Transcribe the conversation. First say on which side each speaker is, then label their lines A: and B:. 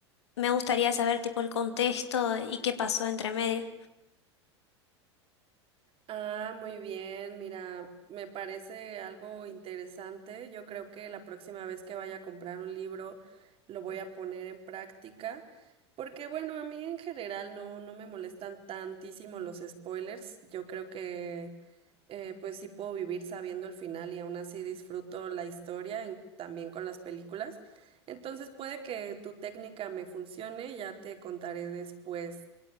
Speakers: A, on the left; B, on the right.
A: Me gustaría saber tipo el contexto y qué pasó entre medio.
B: Ah, muy bien, mira, me parece algo interesante. Yo creo que la próxima vez que vaya a comprar un libro lo voy a poner en práctica, porque bueno, a mí en general no, no me molestan tantísimo los spoilers. Yo creo que eh, pues sí puedo vivir sabiendo el final y aún así disfruto la historia en- también con las películas. Entonces puede que tu técnica me funcione, ya te contaré después.